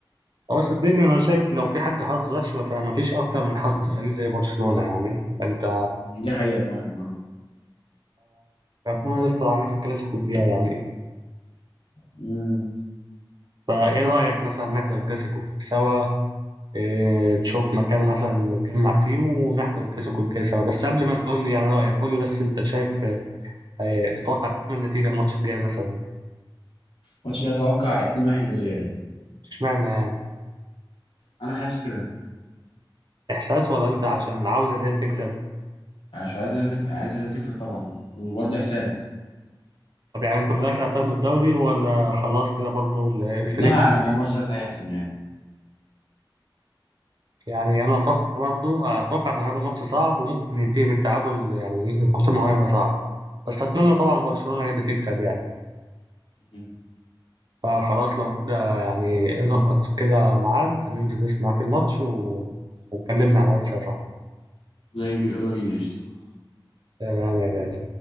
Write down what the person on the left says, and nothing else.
دي حقيقه فعلا آه.
مم.
ماتش كده اتوقع 2-1 للريال
انا حاسس كده
عشان عايز الريال تك- عايز الريال تكسب طبعا وبرضه احساس
الله اعلم
بقى
الماتش ده اللي هيحسم يعني
مم.
زي بي يلا بينا قشطة